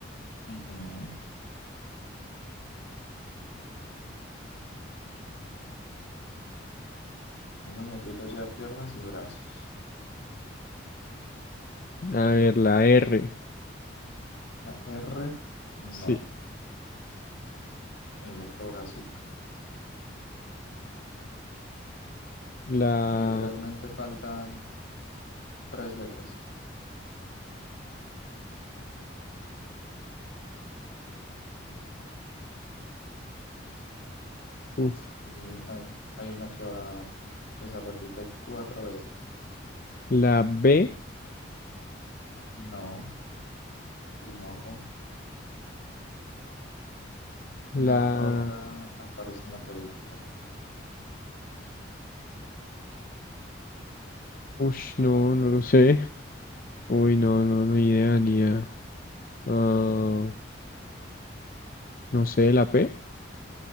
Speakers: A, on the left; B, on the left.
A: Ujú. El muñequito ya piernas y brazos.
B: A ver, la R.
A: La R,
B: Sí.
A: no, el otro bracito.
B: La...
A: Literalmente faltan tres letras
B: uf,
A: y hay, hay una que va, que se repite cuatro veces.
B: La B,
A: No, un ojo. La
B: la...
A: roca aparece en la película.
B: Ush, no, no lo sé. Uy, no, no, no idea, ni idea. Ah, no sé, la P.